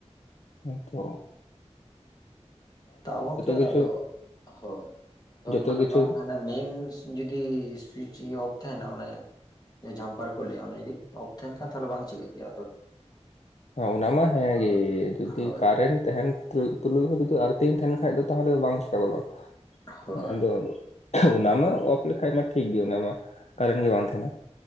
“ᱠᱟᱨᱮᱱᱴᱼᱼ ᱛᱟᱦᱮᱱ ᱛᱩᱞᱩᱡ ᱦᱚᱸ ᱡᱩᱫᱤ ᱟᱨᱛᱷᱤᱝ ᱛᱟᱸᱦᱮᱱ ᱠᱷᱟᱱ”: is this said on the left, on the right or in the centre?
Left